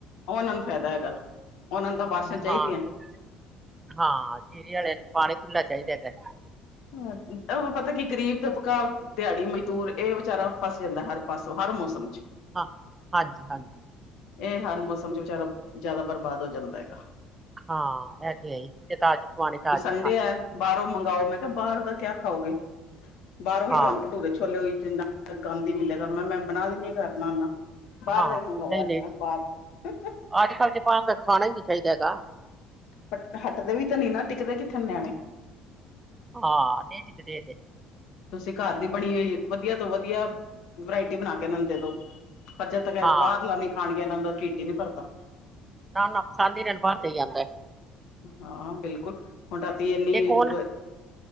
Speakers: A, on the left; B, on the right.
A: ਓਨਾਂ ਨੂੰ ਫੈਦਾ ਹੈਗਾ, ਓਨਾਂ ਨੂੰ ਤਾਂ ਬਾਰਸ਼ਾ ਚਾਈ
B: ਹਾਂ
A: ਦੀਆ।
B: ਤੇ- ਹਾਂ, ਜੀਰੀ ਆਲੇ ਨੂੰ ਪਾਣੀ ਖੁੱਲਾ ਚਾਈਦਾ ਹੈਗਾ।
A: ਹਾਂ ਉਹ ਪਤਾ ਕੀ ਗਰੀਬ ਦਬਕਾ ਦਿਹਾੜੀ ਮਜ਼ਦੂਰ ਇਹ ਵਿਚਾਰਾ ਫਸ ਜਾਂਦਾ ਹਰ। ਪਾਸੋਂ ਹਰ ਮੌਸਮ ਚ।
B: ਹਾਂ ਹਾਂਜੀ-ਹਾਂਜੀ।
A: ਇਹ ਹਰ ਮੌਸਮ ਚ ਵਿਚਾਰਾ ਜ਼ਿਆਦਾ ਬਰਬਾਦ ਹੋ ਜਾਂਦਾ ਗਾ।
B: ਹਾਂ ਇਹ ਤੇ ਹੈਏੇ ਜੇ ਤਾਜ਼ੇ ਖਮਾਣੇ ਤਾਜ਼ੇ।
A: ਜਿਹੜੇਆ ਬਾਹਰੋਂ ਮੰਗਾਓ ਮੈਂ ਕਿਹਾ ਬਾਰ ਦਾ ਕਿਆ ਖਾਓਗੇ ਬਾਰੋਂ ਹੀ
B: ਹਾਂ
A: ਤੁਹਾਨੂੰ ਭਟੂਰੇ। ਛੋਲੇ ਗੰਦ ਹੀ ਮਿਲੇਗਾ ਮੈਂ ਮੈਂ ਬਣਾ ਦਿਨੀ ਘਰ ਨਾਲ-ਨਾਲ। ਬਾਰ
B: ਹਾਂ
A: ਦਾ ਹੀ ਮੰਗਾਓ
B: ਨਹੀਂ
A: ਅੱਜ
B: ਨਹੀਂ
A: ਮੈਂ ਬਾਰ ਦਾ।
B: ਅੱਜ ਕੱਲ੍ਹ ਤਾਂ ਬਾਰ ਦਾ ਖਾਣਾ ਈ ਨੀ ਚਾਹੀਦਾ ਹੈਗਾ।
A: ਪ ਹੱਟਦੇ ਵੀ ਤਾਂ ਨੀ ਨਾ ਟਿਕਦੇ ਕਿੱਥੇ ਨਿਆਣੇ।
B: ਹਾਂ ਨਈ ਟਿਕਦੇ ਹੈਗੇ।
A: ਤੁਸੀਂ ਘਰ ਦੀ ਬਣੀ ਹੋਈ ਵਧੀਆ ਤੋਂ ਵਧੀਆ ਵਰਾਇਟੀ ਬਣਾ ਕੇ ਇਨਾਂ ਨੂੰ ਦੇ ਦੋ। ਪਰ ਜਦ ਤੱਕ ਇਹ
B: ਹਾਂ
A: ਬਾਰ ਲਾਨੀ ਖਾਣਗੇ ਇਨਾਂ ਦਾ ਢਿੱਡ ਈ ਨੀ ਭਰਦਾ।
B: ਨਾ ਨਾ ਪਸੰਦ ਈ ਇਨਾਂ ਨੂੰ ਬਾਹਰ ਦਾ ਈ ਆਂਦਾ।
A: ਹਾਂ ਬਿਲਕੁਲ ਹੁਣ ਰਾਤੀ ਇੰਨੀ,
B: ਇਹ ਕੌਣ